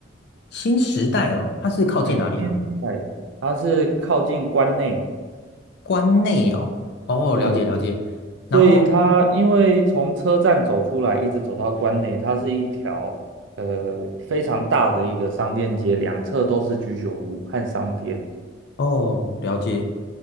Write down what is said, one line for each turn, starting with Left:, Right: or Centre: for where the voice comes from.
Left: 新时代哦，它是靠近哪里啊？
Right: 哎，新时代，它是靠近关内，
Left: 关内哦，哦，
Right: 哎，
Left: 了解了解。然后
Right: 所以它因为从车站走出来，一直走到关内，它是一条呃非常大的一个商店街，两侧都是居酒屋和商店。
Left: 哦，了解，